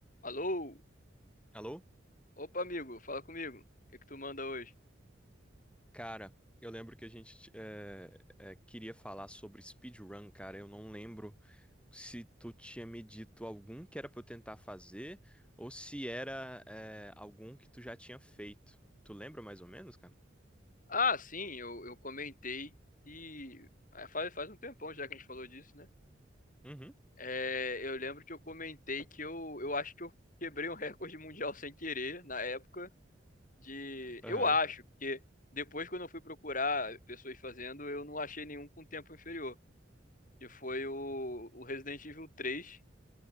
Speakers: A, on the left; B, in the centre.
A: Alô?
B: Alô?
A: Opa, amigo, fala comigo. O que que tu manda hoje?
B: Cara, eu lembro que a gente eh, eh, queria falar sobre speedrun, cara. Eu não lembro se tu tinha me dito algum que era pra eu tentar fazer ou se era eh, algum que tu já tinha feito. Tu lembra mais ou menos, cara?
A: Ah, sim, eu, eu comentei que. ah, Faz, faz um tempão já que a gente falou disso, né?
B: Uhum.
A: É, eu lembro que eu comentei que eu, eu acho que eu quebrei um <laughs> recorde mundial sem querer na época de.
B: Aham.
A: Eu acho, porque depois quando eu fui procurar pessoas fazendo, eu não achei nenhum com tempo inferior. Que foi o, o Resident Evil três